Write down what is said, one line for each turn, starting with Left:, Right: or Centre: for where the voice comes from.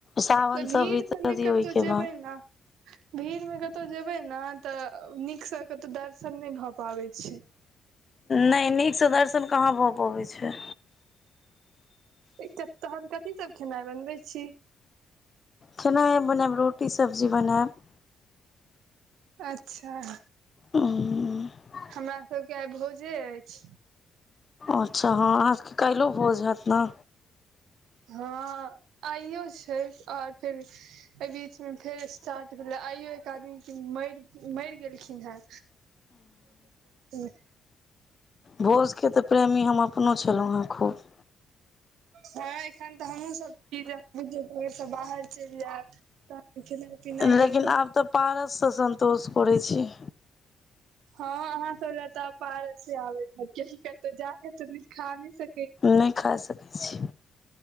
Left: सावन
Right: त भीड़
Left: सब बीतऽ
Right: त न
Left: दियौ
Right: कतो
Left: ओहिके
Right: जेबै
Left: बाद
Right: ने भीड़ मे कतहु जेबै ने तऽ नीकसँ कतहु दर्शन नहि भऽ पाबै छी
Left: नै नीक से दर्शन कहाँ भ पबै छै
Right: एकत तहन कथी सब खेनाइ बनबै छी
Left: खेनाइ बनायब रोटी सब्जी बनायब
Right: अच्छा
Left: ओ <inaudible>
Right: हमरा सबके आइ भोजे अछि
Left: अच्छा हँ अहाँ सबके कालिहो भोज होयत ने
Right: हँ आइयो छै ओर फेर एहि बीच मे फेर स्टार्ट भेले आइयो एक आदमी के मर मर गेलखिन हैं <unintelligible>
Left: भोजके त प्रेमी हम अपनो छलहुँ है खूब
Right: हँ एखन तऽ हमहुँ सब छी जे घर त बाहर चैल जायब तहन खेनाइ पिनाइ
Left: लेकिन
Right: के कोनो
Left: आब तऽ पारससँ सन्तोष करै छी
Right: हँ अहां सब लए तऽ आब पारसे आबे हाएत कतौ जाके त नि खानी से
Left: नै खा सकैत छी